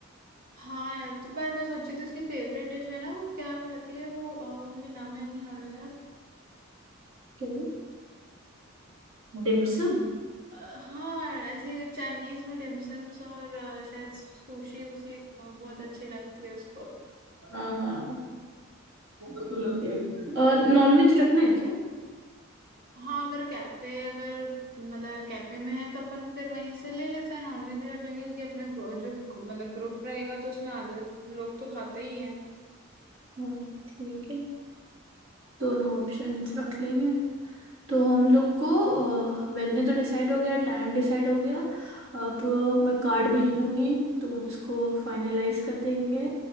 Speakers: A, on the right (about 45°); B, on the right (about 75°).
A: हाँ यार तो पर मैं सोची थी उसकी फेवरेट डिश है ना वो क्या खाती है वो अ, मुझे नाम याद नहीं आ रहा यार
B: तो डिम्सम
A: अ, हाँ ऐसे चाइनीज में डिमसम्स और अ, शायद सुशी उसी अ, बहुत अच्छी लगती है उसको
B: हाँ हाँ ठीक है और नॉनवेज रखना है क्या
A: हाँ अगर कैफे अगर मतलब कैफे में है तो अपन फिर वहीं से ले लेते हैं नॉनवेज भी रख लेंगे क्योंकि अपने ग्रो, जो मतलब ग्रुप रहेगा तो उसमें आधे लोग तो खाते ही हैं
B: हाँ ठीक है दोनों ऑप्शंस रख लेंगे तो हम लोग को वेन्यू तो डिसाइड हो गया टाइम डिसाइड हो गया अब अ, मैं कार्ड भेज दूंगी तुम उसको फाइनलाइज कर देंगे